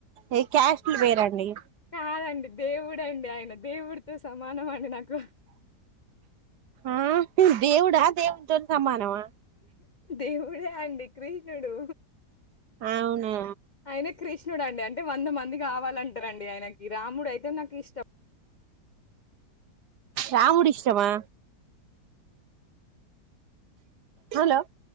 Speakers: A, on the right (about 75°); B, on the left (about 55°).
A: ఏ క్యాస్ట్లు వేరండి
B: కాదండి దేవుడుండి ఆయన దేవుడితో సమానం అండి నాకు
A: ఆ దేవుడా దేవుతో సమాన వా
B: దేవుడుే అండి కృష్ణుడు
A: అవునా
B: అయిన కృష్ణుడు అడి అంట అయితే వంద మంది కావాలంటారండి ఆయనకి రాముడు అయితే నాకు ఇష్టం
A: రాముడి ఇష్టమా హలో